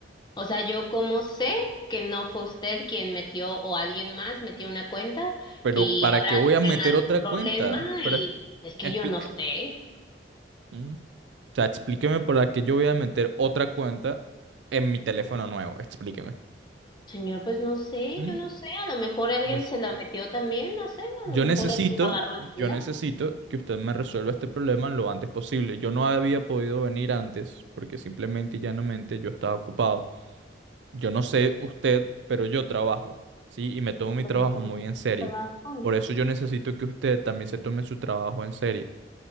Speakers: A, on the left (about 25°); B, on the right (about 80°).
A: O sea, yo como sé que no fue usted quien metió o alguien más metió una cuenta
B: Pero
A: y
B: ¿para
A: ahora
B: qué voy
A: tuvieron
B: a meter
A: algún
B: otra
A: problema
B: cuenta? Pero
A: y
B: es-
A: es que
B: expli-
A: yo no sé.
B: eh, O sea, explíqueme para qué yo voy a meter otra cuenta en mi teléfono nuevo. Explíqueme.
A: Señor, pues no sé,
B: ¿Mm?
A: yo no sé. A lo mejor alguien
B: Des-
A: se la metió también, no sé. A
B: Yo
A: lo mejor
B: necesito,
A: él agarró el celular.
B: yo necesito que usted me resuelva este problema lo antes posible. Yo no había podido venir antes porque simplemente y llanamente yo estaba ocupado. Yo no sé usted, pero yo trabajo, ¿sí? Y me tomo mi
A: Pues
B: trabajo
A: yo tengo
B: muy en serio.
A: trabajo.
B: Por eso yo necesito que usted también se tome su trabajo en serio.